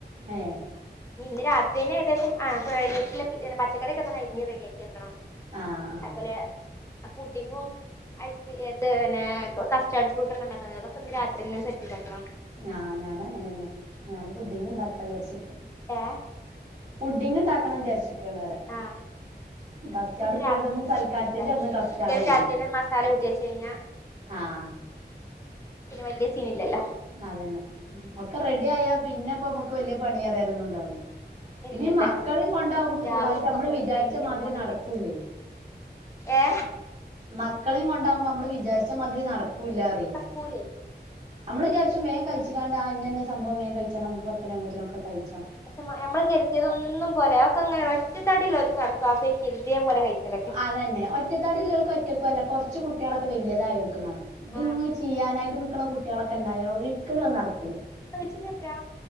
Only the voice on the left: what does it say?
ഇന്ന് രാത്രിയെന്നെ ഏകദേശം ആഹ് <unintelligible> <unintelligible> പച്ചക്കറിയൊക്കെ ഇങ്ങനെ അരിഞ്ഞ് റെഡിയാക്കി വെക്കണം
അതുപോലെ പുഡിങ്ങും ഐസ് ഇത് പിന്നെ കസ്റ്റാഡ് ഫ്രൂട്ടൊക്കെ ക്കണ്ടാക്കുന്നത് അതൊക്കെ ഇന്ന് രാത്രിയെന്നെ സെറ്റ് ചെയ്ത് വെക്കണം
ഏഹ്
ആഹ്
ഇന്ന്
രാത്രിന്നെ
സെറ്റ് ചെയ്ത് വെച്ചാലേ
പിന്നെ
ചിക്കൻ രാത്രിന്നെ മസാല കൂട്ടി വെച്ച് കഴിഞ്ഞാ
പിന്നെ വല്യ സീനില്ലല്ലോ
ഇല്ലല്ല
രാവിലെ ഒക്കപ്പാടെ
കഴിയൂല
മോനേം
വെച്ച് ഏഹ്
ക്കൂലേ
പക്ഷെ മ നമ്മള് കരുതിയതൊന്നും പോലാ ഒക്കെങ്ങനെ ഒറ്റത്തടിള്ള ഓൽക്ക് നടക്കും ആ കെരുതിയ പോലെ കയിച്ചിലൊക്കെ
ആഹ്
ഷ്യന് പ്രാ